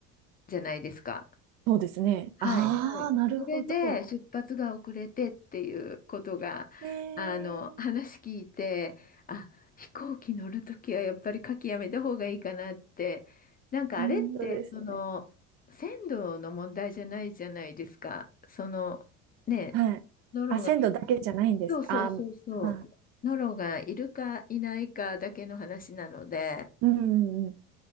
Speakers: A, on the left (about 25°); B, on the right (about 60°).
A: じゃないですか。
B: そうですね。
A: はい、
B: ああ、
A: はい。
B: なるほど。
A: それで出発が遅れてっていうことが、
B: ええ
A: あの、話聞いて、あ、飛行機乗るときはやっぱり書きやめた方がいいかなって、なんかあれって、
B: うん、そうですね。
A: その、鮮度の問題じゃないじゃないですか。その、ね、
B: はい。
A: ノロがい、
B: あ、鮮度だけじゃないんですか。
A: そうそうそうそう、
B: あー、まあ、
A: ノロがいるかいないかだけの話なので、
B: うん、うん、